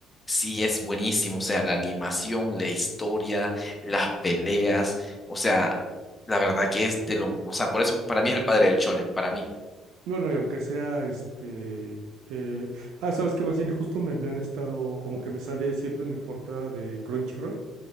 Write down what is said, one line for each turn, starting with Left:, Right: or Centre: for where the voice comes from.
Left: Sí, es buenísimo, o sea, la animación, la historia, las peleas, o sea, la verdad que es de lo, o sea, por eso para mí es el padre del shonen, para mí.
Right: Bueno, y aunque sea este. eh, Ah, sabes que más bien justo me, me han estado. Como que me sale siempre en mi portada de Crunchyroll.